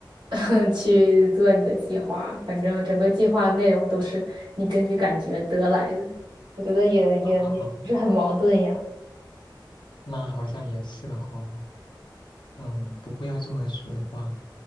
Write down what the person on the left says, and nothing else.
哦，那好像也是哦。嗯，不过要这么说的话，